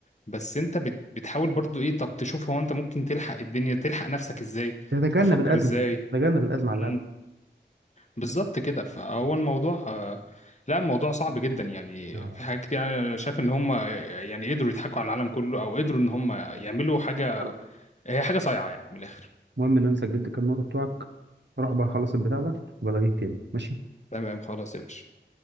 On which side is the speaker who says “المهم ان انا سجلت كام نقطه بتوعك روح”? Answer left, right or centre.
Right